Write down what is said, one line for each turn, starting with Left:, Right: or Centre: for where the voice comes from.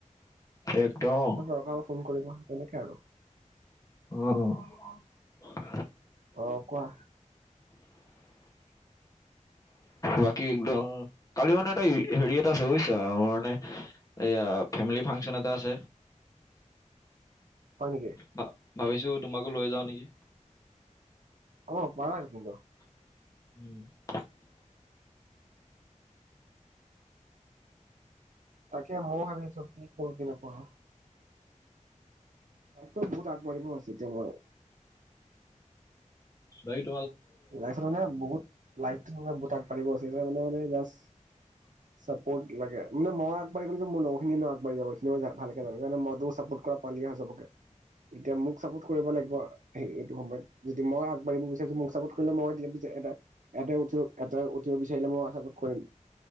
Left: একদম
Right: দৰকাৰ হলি ফোন কৰিব। তেনেকে আৰু।
Left: অহ'
Right: অ' কোৱা।
Left: বাকী একদম কালি মানে এটা হেৰি এটা আছে বুজিছা আমাৰ মানে এয়া ফে কালি ফাংচন এটা আছে।
Right: হয় নেকি?
Left: ভা- ভাবিছো তোমাকো লৈ যাওঁ নেকি?
Right: অ' পাৰা <unintelligible>
Left: <unintelligible>
Right: তাকে ময়ো ভাবিছো কি কৰো কি নকৰো। লাইফট বহুত আগবাঢ়িব আছে, এতিয়াও মই
Left: লাইট
Right: লাইফট মানে বহুত লাইফ আগ বহুত আগবাঢ়িব মানে মানে জাচ চাপৰ্ট লাগে মানে মই আগবাঢ়ি গ'লে যে মোৰ লগৰ খিনিও আগবাঢ়ি যাব মানে মই সেইখিনি ভালকে সেইকাৰণে ময়ো চাপৰ্ট কৰা পোৱালিয়া হৈ চবকে এতিয়া মোক চাপৰ্ট কৰিব লাগিব। এইটো সময়ত যদি মই আগবাঢ়ি বিচাৰিছোঁ মোক চাপৰ্ট মই যিহেতু এটা এটা এটাই উঠি এটাই উঠিব বিচাৰিলে ময়ো চাপৰ্ট কৰিম।